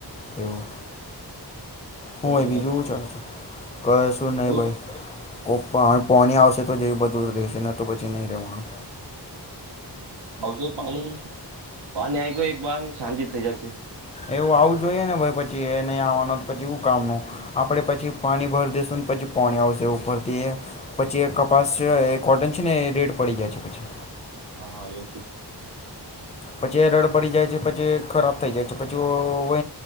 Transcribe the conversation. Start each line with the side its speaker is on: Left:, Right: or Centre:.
Left: એવું. હું
Right: બહુ વધારે
Left: બીજું
Right: છે
Left: ચાાલ કહે શું નહી
Right: બઉ
Left: ભાઈ કોઈ પા પોણી આવશે તો જેવ બધું રહેશેને તો પછી નહીં રહેવાનું
Right: આવશે પાણી પાણી આવી ગયું એક બાર શાજિ થઈ જશે
Left: એવું આવું જોઈએ ને પછી એ નહી આવવાનું પછી એું કામનું આપડે પછી પાણી ભર દઈસુંને પછી પાણી આવશે ઉપરથી પછી કપાસ એ કોટન છે ને એ રેડ પડી જાય છે પછી
Right: હા હા એવું તો છે
Left: પછી એ રડ પડી જાય છે પછી ખરાબ થઈ જાય છે પછી વ